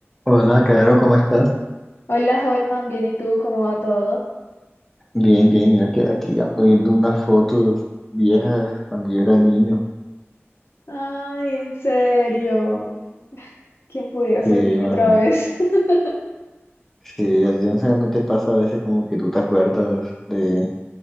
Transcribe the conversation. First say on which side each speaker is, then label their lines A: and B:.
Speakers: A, in the centre; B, on the left (about 60°).
A: Hola, Caro, ¿cómo estás?
B: Hola Holman, bien, ¿y tú? ¿Cómo va todo?
A: Bien, bien, mira que aquí ando viendo unas fotos viejas cuando yo era niño.
B: Ay, en serio. ¿Quién pudiera ser
A: Que
B: niño
A: imagínate.
B: otra vez? <laughs>
A: Sí, así, no sé, no te pasa a veces como que tú te acuerdas de